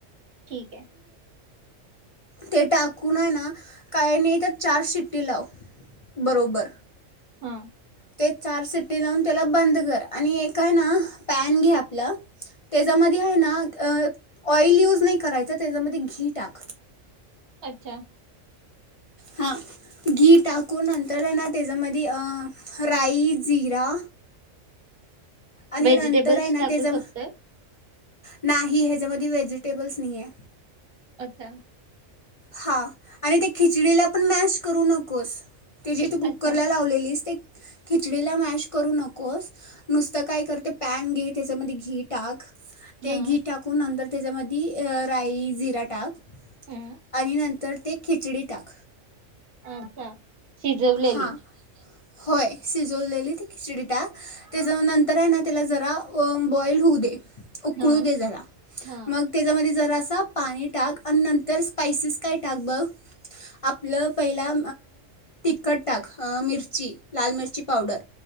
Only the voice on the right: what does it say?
ठीक आहे.
हम.
अच्छा!
व्हेजिटेबल्स
टाकू
शकतोय.
अच्छा!
अच्छा.
हा
हा
अच्छा! शिजवलेली,
हा
हा